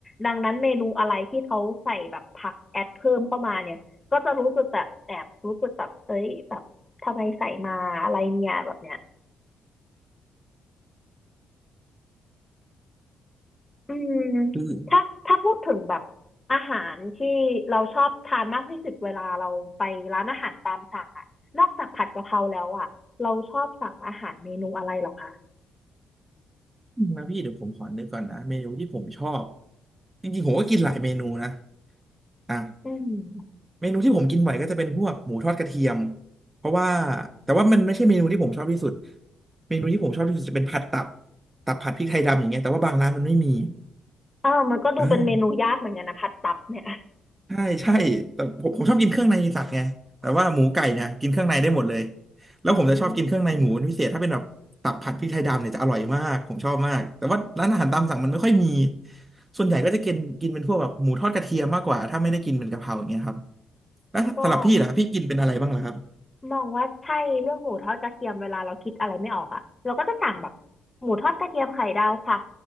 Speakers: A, on the left (about 20°); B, on the right (about 20°).
A: ดังนั้นเมนูอะไรที่เขาใส่แบบผักแอดเพิ่มเข้ามาเนี่ยก็จะรู้สึกแบบแอบรู้สึกแบบเอ้ยแบบทำไมใส่มาอะไรเนี่ยแบบเนี้ยอืม
B: คือ
A: ถ้าถ้าพูดถึงแบบอาหารที่เราชอบทานมากที่สุดเวลาเราไปร้านอาหารตามสั่งอะนอกจากผัดกะเพราแล้วอะเราชอบสั่งอาหารเมนูอะไรเหรอคะ
B: นะพี่เดี๋ยวผมขอนึกก่อนนะเมนูที่ผมชอบจริงๆผมก็กินหลายเมนูนะอ่ะ
A: อืม
B: เมนูที่ผมกินบ่อยก็จะเป็นพวกหมูทอดกระเทียมเพราะว่าแต่ว่ามันไม่ใช่เมนูที่ผมชอบที่สุดเมนูที่ผมชอบที่สุดจะเป็นผัดตับตับผัดพริกไทยดำอย่างเงี้ยแต่ว่าบางร้านมันไม่มี
A: อ้าวมันก็ดูเป็นเมนูยากเหมือนกันนะผัดตับเนี่ย
B: อ่า ใช่ใช่แต่ผมผมชอบกินเครื่องในสัตว์ไงแต่ว่าหมูไก่เนี่ยกินเครื่องในได้หมดเลยแล้วผมจะชอบกินเครื่องในหมูเป็นพิเศษถ้าเป็นแบบตับผัดพริกไทยดำเนี่ยจะอร่อยมากผมชอบมากแต่ว่าร้านอาหารตามสั่งมันไม่ค่อยมี
A: อืม
B: ส่วนใหญ่ก็จะกินกินเป็นพวกแบบหมูทอดกระเทียมมากกว่าถ้าไม่ได้กินเป็นกะเพราอย่างเงี้ยครับแล้วสำหรับพี่ล่ะพี่กินเป็นอะไรบ้างเหรอครับ
A: ก็มองว่าใช่เรื่องหมูทอดกระเทียมเวลาเราคิดอะไรไม่ออกอ่ะเราก็จะสั่งแบบหมูทอดกระเทียมไข่ดาวค่ะ